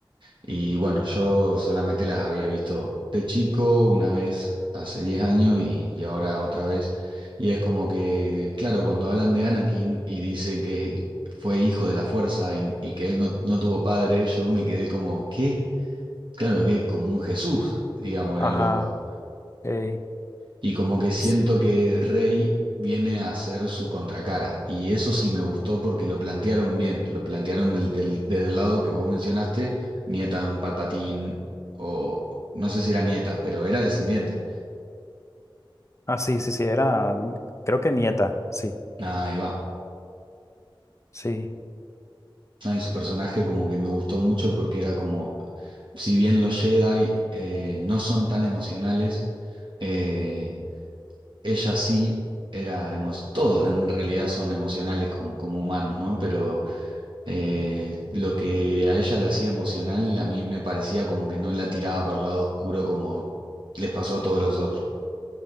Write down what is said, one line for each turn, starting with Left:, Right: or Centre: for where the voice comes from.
Right: Y bueno, yo solamente las había visto de chico, una vez hace 10 años y, y ahora otra vez. Y es como que, claro, cuando hablan de Anakin y dicen que fue hijo de la fuerza y, y que él no, no tuvo padre, yo me quedé como, ¿qué? Claro que como un Jesús, digamos, era
Left: Ajá.
Right: el loco.
Left: ey,
Right: Y como que siento
Left: sí.
Right: que Rey viene a hacer su contracara. Y eso sí me gustó porque lo plantearon bien. Lo plantearon del, del- desde el lado que vos mencionaste, nieta de un Palpatín, o no sé si era nieta, pero era descendiente.
Left: Ah, sí, sí, sí, era, creo que nieta, sí,
Right: Nah, Ahí va.
Left: sí.
Right: Ahí su personaje como que me gustó mucho porque era como, si bien los Jedi eh, no son tan emocionales, eh, ella sí era emo- todos en realidad son emocionales como, como humanos, ¿no? Pero Eh, lo que a ella la hacía emocional, a mí me parecía como que no la tiraba para el lado oscuro como les pasó a todos los otros.